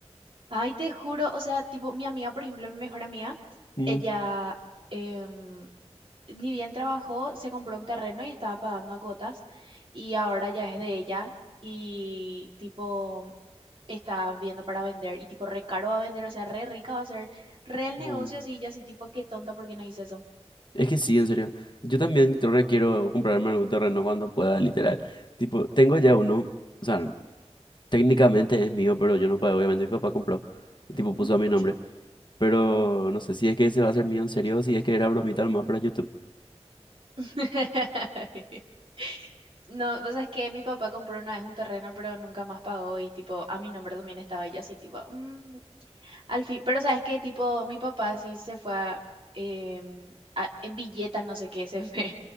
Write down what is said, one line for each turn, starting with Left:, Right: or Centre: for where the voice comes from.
Right: Ay, te juro, o sea, tipo, mi amiga, por ejemplo, mi mejor amiga,
Left: Mm,
Right: ella, em, ni bien trabajó, se compró un terreno y estaba pagando a cuotas y ahora ya es de ella y tipo está viendo para vender y tipo re caro va a vender, o sea, re rica va a ser, re el
Left: mm.
Right: negocio así, y yo así tipo, qué tonta porque no hice eso.
Left: Es que sí, en serio. Yo también creo que quiero comprarme algún terreno cuando pueda, literal. Tipo, tengo ya uno. O sea, técnicamente es mío, pero yo no pagué. Obviamente mi papá compró. Y
Right: <laughs>
Left: tipo, puso a mi nombre.
Right: Sí.
Left: Pero no sé si es que ese va a ser mío en serio o si es que era bromita nomás para YouTube.
Right: <laughs> No, pues es que mi papá compró una vez un terreno, pero nunca más pagó y tipo, a mi nombre también estaba y yo así tipo, "Mm". al fin, pero sabes que tipo, mi papá sí se fue a, em, a- en billetas, no sé qué, se fue